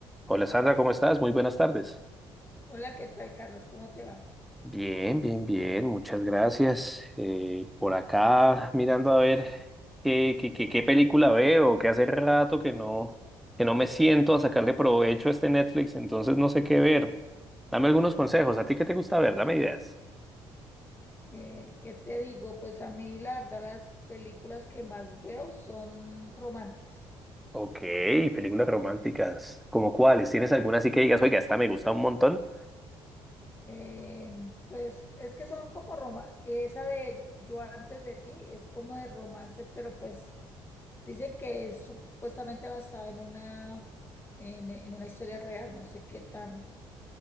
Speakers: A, in the centre; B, on the left.
A: Hola Sandra, ¿cómo estás? Muy buenas tardes.
B: Hola, ¿qué tal, Carlos? ¿Cómo te va?
A: Bien, bien, bien, muchas gracias. Eh, por acá mirando a ver qué, qué, qué, qué película veo, que hace rato que no, que no me siento a sacarle provecho a este Netflix, entonces no sé qué ver. Dame algunos consejos, ¿a ti qué te gusta ver? Dame ideas.
B: Eh, ¿qué te digo? Pues a mí, la verdad, las películas que más veo son románticas.
A: Ok, películas románticas. ¿Como cuáles? ¿Tienes alguna así que digas, oiga, esta me gusta un montón?
B: Eh, pues es que son como roma, esa de Yo antes de ti es como de romance, pero pues dicen que es supuestamente basada en una, en, en una historia real, no sé qué tan.